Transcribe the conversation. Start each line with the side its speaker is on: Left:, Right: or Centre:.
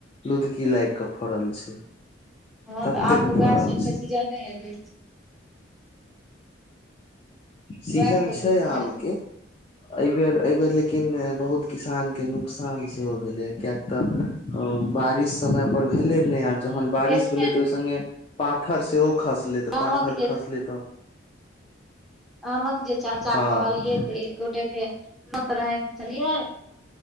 Left: लुदकी लाएग के फड़ल छै।
Centre: हां
Left: ततेक
Centre: तऽ आब तऽ
Left: फड़ल
Centre: वैह सबके
Left: छै
Centre: सीजने एलै।
Left: सीजन
Centre: वएह सबके
Left: छै
Centre: सीजन
Left: आमके।
Centre: एलै।
Left: ए बेर ए बेर लेकिन बहुत किसान के नुकसान सेहो भेलै यै कियै तऽ अ बारिश समय पर भेले नै आ जहन बारिश
Centre: एक
Left: भेलो तऽ ओय संगे ‌ पाथर सेहो खसलै तऽ पाथर
Centre: आमक जे
Left: खसलै तऽ
Centre: आमक जे चर्चा
Left: हँ
Centre: कहलियै तऽ एक गोटै के नौत रहैन चलिए।